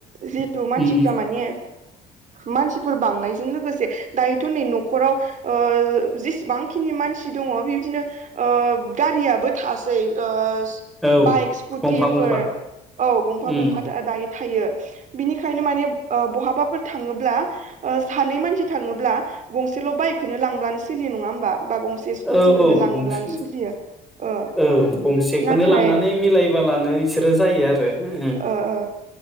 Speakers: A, on the right; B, in the centre.
A: जिहेथु मानसिफ्रा
B: उम
A: माने मानसिफ फोर बांनायजों लोगोसे दायोथ नै नखराव ओ जेसेबांखिनि मानसि दङ बिबदिनो ओ गारियाबो थास जै ओ
B: औ
A: बाइक स्कुटिफोर
B: गंफा गंफा
A: औ गंफा
B: उम
A: गंफा दा-दायो थायो बिनिखायनो माने बहाबाफोर थाङोब्ला सानै मानसि थाङोब्ला गंसेल बाइकखौनो लांब्लानो सोलियो नङा होमबा बा गंसे स्कुटिखोनो
B: औ औ
A: लाङोब्लानो
B: गंसे
A: सोलियो ओ
B: औ गंसेखोनो
A: नाथाय
B: लांनानै मिलायबालानो बिसोरो जायो आरो उम
A: ओ ओ